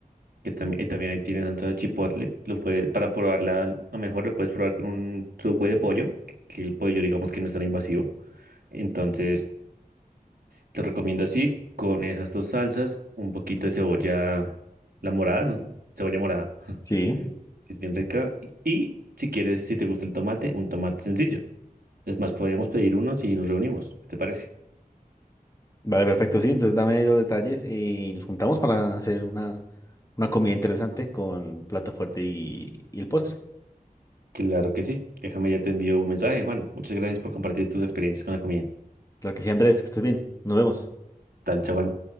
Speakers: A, on the right (about 85°); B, on the left (about 20°).
A: que también, y también ahí tienen salsa de chipotle. Lo puede, para probarla, a lo mejor lo puedes probar con un Subway de pollo, que, que el pollo digamos que no es tan invasivo. Entonces, te recomiendo así, con esas dos salsas, un poquito de cebolla, la morada, ¿no? cebolla morada, <laughs>
B: Sí,
A: que es bien rica. Y, y si quieres, si te gusta el tomate, un tomate sencillo. Es más, podemos pedir uno si nos reunimos. ¿Qué te parece?
B: vale, perfecto, sí. Entonces dame los detalles y nos juntamos para hacer una, una comida interesante con plato fuerte y, y el postre.
A: Claro que sí. Déjame, ya te envío un mensaje, Juan. Muchas gracias por compartir tus experiencias con la comida.
B: Claro que sí, Andrés, que estés bien. Nos vemos.
A: Tal, chao, Juan.